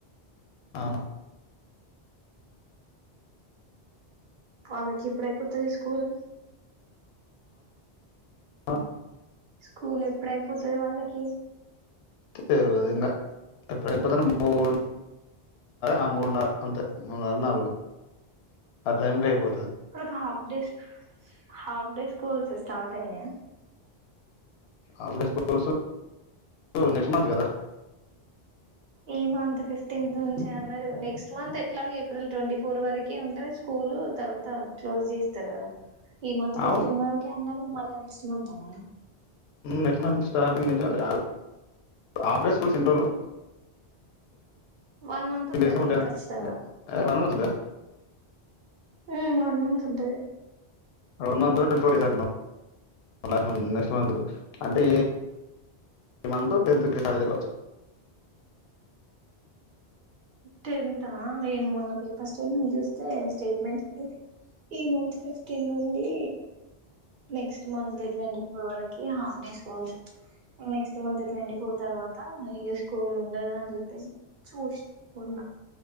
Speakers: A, on the left; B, on the right.
A: అవును
B: వాళ్ళకెప్పుడయిపోతది స్కూల్?
A: అ
B: స్కూల్ ఎప్పుడైపోతది వాళ్ళకి?
A: తెలవది ఇంగ ఇప్పుడై పోతన్న పూల్ ఆ మూడున్నర అంతే మూడున్నర నాలుగు, ఆ టైం కయిపోతుంది
B: నాక half days, half days schools start అయ్యాయ?
A: ఆఫ్ స్కూల్స్ నెక్స్ట్ మంత్ కదా?
B: ఈ మంత్ ఫిఫ్టీన్త్ నుంచి అన్నరు, నెక్స్ట్ మంత్ ఎట్లాగో ఏప్రిల్ ట్వంటీ ఫోర్ వరకి ఉంటది స్కూలు. తర్వాత క్లోజ్ చేస్తరు కదా. ఈ మంత్
A: అవును
B: ఫిఫ్టీన్ వరకే అన్నరు, మళ్ళ నెక్స్ట్ మంత్ అన్నరు.
A: నెకఉమ్ నెక్స్ట్ స్టార్టింగ్ నిజలే ఆఫ్ డే స్కూల్స్ ఎన్ని రోజులు?
B: వన్ మంత్
A: టెన్
B: ఉంటది
A: డేసే ఉంటాయంట
B: ఖచ్చితంగా
A: <unintelligible>
B: ఉమ్ వన్ మంత్ ఉంటది.
A: One month twenty four days అంటు లాట్ మంత్ నెక్స్ట్ మంత్ అంటే ఈ మంత్ టెన్త్ నుంచి స్టార్ట్ అవుతాది కావచ్చు
B: టెన్ంతా నేను మొన్న పేపర్ స్టేట్మెంట్ చూస్తే స్టేట్మెంట్ అయి ఈ మంత్ ఫిఫ్టీన్ నుండి నెక్స్ట్ మంత్ ట్వంటీ ఫోర్ వరకి half day schools next month twenty four తర్వాత ఇ స్కూల్ ఉండదు అని చెప్పేసి చూసిన మొన్న